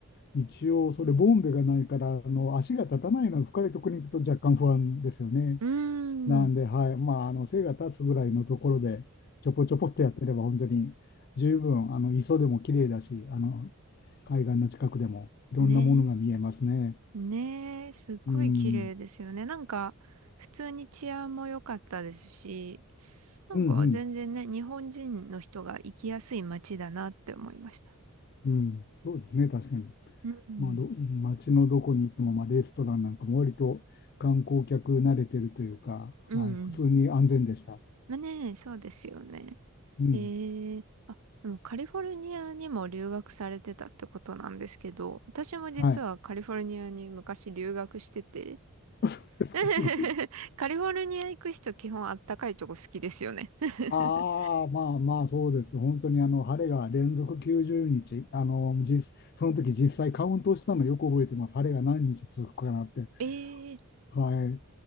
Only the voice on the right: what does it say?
うーん。
ね。ねえ、すっごい綺麗ですよね。
なんか、普通に治安も良かったですし、なんか全然ね、
日本人の人が行きやすい街だなって思いました。
うん。
うんうん。
まあね、そうですよね。
ええあ、でもカリフォルニアにも留学されてたってことなんですけど、私も実はカリフォルニアに昔留学してて、
<laughs>
カリフォルニア行く人基本あったかいとこ好きですよね。<laughs>
ええ